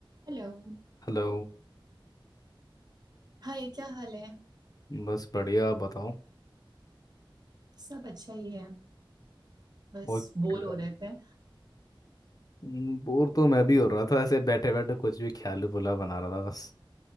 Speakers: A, on the right (about 50°); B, on the left (about 45°).
A: Hello
B: Hello
A: Hi क्या हाल है
B: बस बढ़िया आप बताओ
A: सब अच्छा ही है बस
B: और
A: बोर
B: क्या
A: हो
B: कर
A: रहे थे
B: रहे बोर तो मैं भी हो रहा था ऐसे बैठे बैठे कुछ भी ख्याल पुला बना रहा था बस